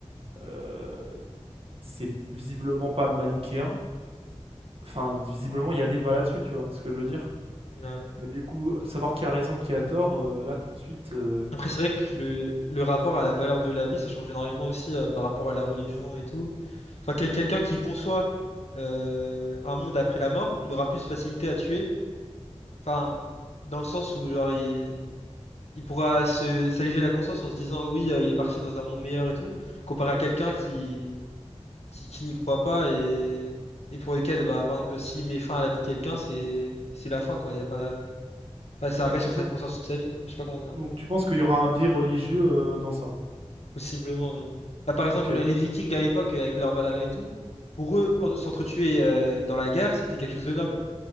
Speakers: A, on the right (about 55°); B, on the left (about 65°).
A: euh, c'est visiblement pas manichéen. Enfin, visiblement, il y a débat là-dessus, tu vois ce que je veux dire.
B: Ouais.
A: Mais du coup, savoir qui a raison, qui a tort, euh, là, tout de suite. euh,
B: Après, c'est vrai que le, le rapport à la valeur de la vie, ça change énormément aussi euh, par rapport à la religion et tout. Enfin, quel- quelqu'un qui conçoit euh, un monde après la mort, il aura plus facilité à tuer. Enfin, dans le sens où genre il, il pourra se s'alléger la conscience en se disant oui, euh, il est parti dans un monde meilleur et tout, comparé à quelqu'un qui qui, qui n'y croit pas et et pour lequel bah par exemple s'il met fin à la vie de quelqu'un, c'est c'est la fin quoi. Il y a pas, enfin, ça
A: Donc
B: reste
A: tu,
B: sur
A: pe-
B: sa conscience toute sa vie quoi. Je sais pas comment dire.
A: Donc, tu penses qu'il y aura un biais religieux euh, dans ça?
B: Possiblement, oui. Bah, par exemple,
A: Ok,
B: les Vikings à l'époque, avec leur Valhalla et tout, pour eux, en- s'entretuer euh, dans la guerre, c'était quelque chose de noble.